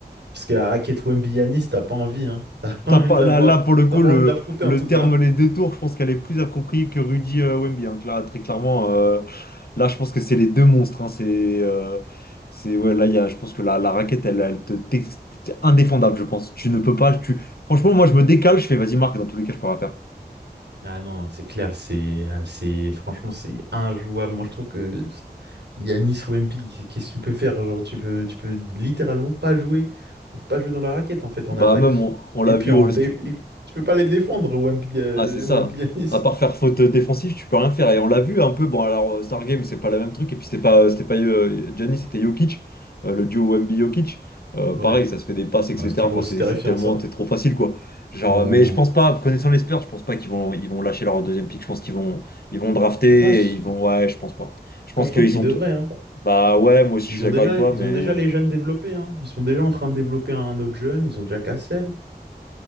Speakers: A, on the right; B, on the left.
A: Parce que la raquette Wemby Yanis, t'as pas envie, hein. <laughs> T'as pas
B: T'as
A: envie
B: pas,
A: de la
B: là,
A: voir.
B: là, pour le coup,
A: T'as pas
B: le,
A: envie de l'affronter
B: le
A: en tout
B: terme
A: cas.
B: les deux tours, je pense qu'elle est plus appropriée que Rudy euh, Wemby, hein, cla- très clairement. euh, Là, je pense que c'est les deux monstres. hein. C'est, euh, c'est ouais. Là, il y a, je pense que la, la raquette, elle, elle te, t'es- t'es indéfendable, je pense. Tu ne peux pas. Tu, franchement, moi, je me décale. Je fais, vas-y, marque. Dans tous les cas, je peux rien faire.
A: Ah non, c'est clair, c'est assez, franchement, c'est injouable. Moi, je trouve que Yanis Wemby, c'est- qu'est-ce que tu peux faire? Genre, tu peux, tu peux littéralement pas jouer, pas jouer dans la raquette, en fait, en
B: Bah,
A: attaque.
B: même, on, on l'a
A: Et puis,
B: vu
A: en
B: au all
A: dé... et tu peux pas les défendre, Wemby, euh,
B: Ah, c'est ça.
A: Wemby Yanis.
B: À part faire faute défensive, tu peux rien faire. Et on l'a vu un peu. Bon, alors, euh, Stargame, c'est pas le même truc. Et puis, c'était pas, euh, c'était pas euh, Giannis, c'était Jokic, euh, le duo Wemby-Jokic. Euh, pareil,
A: Ouais,
B: ça se fait des passes, etc.
A: Ouais, c'est toujours
B: Enfin,
A: aussi
B: c'est
A: terrifiant,
B: c'est tellement,
A: ça.
B: c'est trop facile, quoi. Genre,
A: Ouais, vraiment.
B: mais je pense pas, connaissant les Spurs, je pense pas qu'ils vont, ils vont lâcher leur deuxième pick. Je pense qu'ils vont, ils vont drafter
A: Tu penses?
B: et ils vont, ouais, je pense pas. Je pense
A: Moi, je trouve
B: qu'ils
A: qu'ils
B: sont,
A: devraient,
B: t-
A: hein.
B: bah ouais, moi aussi,
A: Ils
B: je suis d'accord
A: ont déjà,
B: avec toi,
A: ils
B: mais.
A: ont déjà les jeunes développés, hein. Ils sont déjà en train de développer un autre jeune, ils ont déjà Cassel.